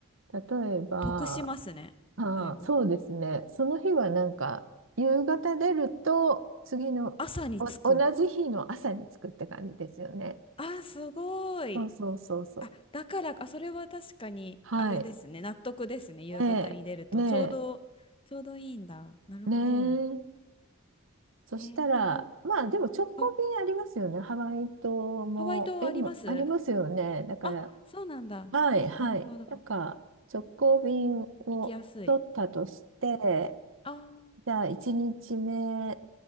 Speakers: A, on the right; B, on the left.
A: 例えば、
B: 得しますね。
A: ああ、
B: だいぶ。
A: そうですね。その日はなんか、夕方出ると、次の、
B: 朝に着く。
A: お、同じ日の朝に作って感じですよね。
B: あ、すごい。
A: そうそうそうそう。
B: あ、だから、あ、それは確かに、
A: はい。
B: あれですね。納得ですね。夕方に出ると。
A: ねえ、ね
B: ちょうど、ちょうどいいんだ。なるほど。
A: え、ねえ。そしたら、
B: えー、で、ハワ、
A: まあでも直行便ありますよね。
B: あ
A: ハワイ島も、
B: ハワイ島あります
A: 今、ありますよね。だから、
B: あ、そうなんだ。
A: はい、はい。
B: なるほど。
A: なんか、直行便を取ったとして、
B: 行きやすい。ああ、う
A: じゃあ、1日目